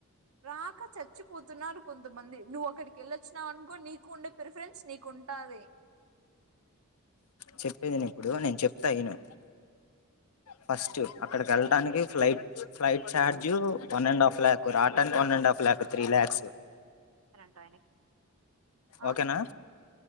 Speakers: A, on the right; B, on the left.
A: రాక చచ్చిపోతున్నారు కొంతమంది, నువ్వు అక్కడికి వెళ్ళొచ్చినావు అనుకో నీకు ఉండే ప్రిఫరెన్స్ నీక్ కుంటాది
B: చెప్పేది ఇను ఇప్పుడు నేను చెప్తా ఇను ఫస్ట్ చు అక్కడికి వెళ్ళటానికి
A: హ్మ్ చెప్పు
B: flight flight charge one and half లాక్కు రాటానికి వన్ అండ్ హాఫ్ లాక్కు త్రీ ల్యాక్స్
A: <unintelligible> ఆ
B: ఓకేనా